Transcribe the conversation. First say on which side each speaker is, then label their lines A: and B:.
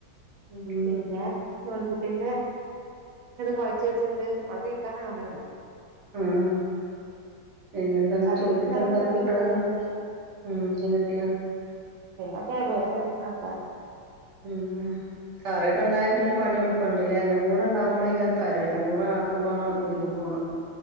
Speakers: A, on the right; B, on the right.
A: ഉം
B: പിന്നെ നൂൽപ്പുട്ടിന്റെ ഇത് കുഴച്ച് വെച്ചിട്ടുണ്ട് മോൾ കഴിക്കാൻ അവന്നെ ഉള്ളു.
A: ഉം പിന്നെ തന്ന്
B: കറി
A: ചോറ്റിക്ക്
B: ഇന്നലെ
A: എന്താ
B: വെച്ച
A: കൂട്ടാന്?
B: മീൻ കറിയുണ്ട്
A: ഉം മീകിട്ടിയാ
B: പിന്നെ ക്യാബേജ് ആകാൻ
A: ഉം ഉം കറിയൊക്കെണ്ടായ പിന്നെ പണി എളുപ്പണ്ട്ല്ലേ എല്ലാം കൂടെണ്ടാവുമ്പളെ അയ്കാരം പരം എല്ലാം കൂടെ ആകുമ്പോ ബുദ്ധിമുട്ട് തോന്നാ. <unintelligible>